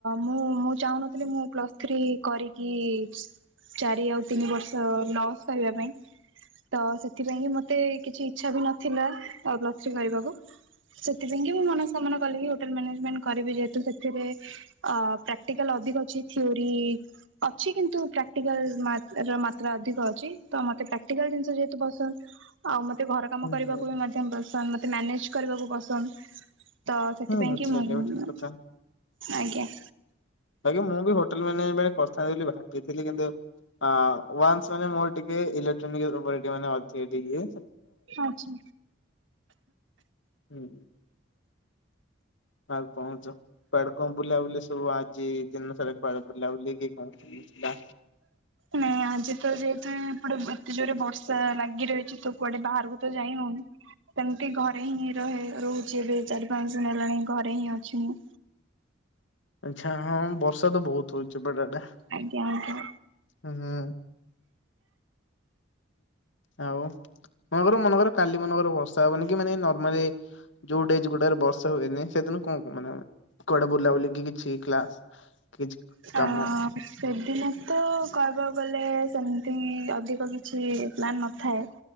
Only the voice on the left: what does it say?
ହୁଁ
ହୁଁ ହୁଁ
ସେଇଟା
ବି ଠିକ କଥା।
ଆଜ୍ଞ ମୁଁ ବି ହୋଟେଲ ମାନେଜଣ୍ଟ କରିଥାନ୍ତି ବୋଲି ଭାବିଥିଲି କିନ୍ତୁ ହଁ ୱାନ୍ସ ମାନେ ମୋର ଟିକେ ଇଲେକ୍ଟ୍ରୋନିକ ଉପରେ ଟିକେ ମାନେ ଅଧିକ ଟିକେ
<inaudible> ଆଉ କହନ୍ତୁ ପାର୍କ ବୁଲା ବୁଲି ସବୁ ଆଜି ଦିନ ସାରା କୁଆଡେ ବୁଲାବୁଲି କି କଣ?
ଆଛା ହଁ ବର୍ଷା ତ ବହୁତ ହଉଚି ଏପଟ ଆଡେ।
ହୁଁ ହୁଁ। ଆଉ ମାନେକର ମନେକର କାଲି ମନେକର ବର୍ଷା ହବନି କି ମାନେ ନର୍ମାଲି। ଯୋଉ ଡେଜ ଗୁଡରେ ବର୍ଷା ହୁଏନି ସେଦିନ କଣ ମାନେ କୁଆଡେ ବୁଲା ବୁଲି କିଛି କ୍ଲାସ୍ କିଛି
କାମ